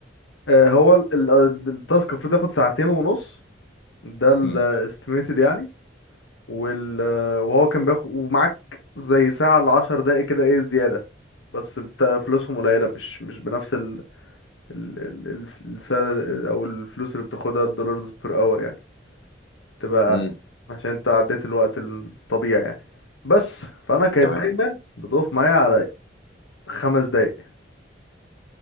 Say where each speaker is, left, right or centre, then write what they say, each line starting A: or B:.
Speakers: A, on the left; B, on the left.
A: آه، هو ال- ال- ال- التاسك المفروض ياخد ساعتين ونص ده الاستيميتد
B: امم
A: يعني وال آه، وهو كان بياخد ومعاك زي ساعة لعشر دقايق كده ايه زيادة بس بت- فلوسهم قليلة مش مش بنفس ال ال ال السالري او الفلوس اللي بتاخدها الدولارز بير اور يعني تبقى
B: امم
A: اقل عشان انت عديت الوقت الطبيعي يعني بس فانا كانت
B: تمام
A: دايما بتقف معايا على خمس دقايق